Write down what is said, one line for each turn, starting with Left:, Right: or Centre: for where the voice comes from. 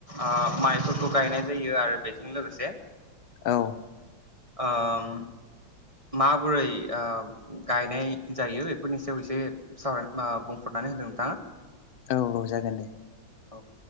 Right: आ माइफोरखौ गायनाय जायो आरो बेजों लोगोसे
Left: औ
Right: ओम माबोरै ओ गायनाय जायो? बेफोरनि सायाव एसे सावराय मा बुंफो नानै होदो नोंथाङा।
Left: औ जागोन दे
Right: औ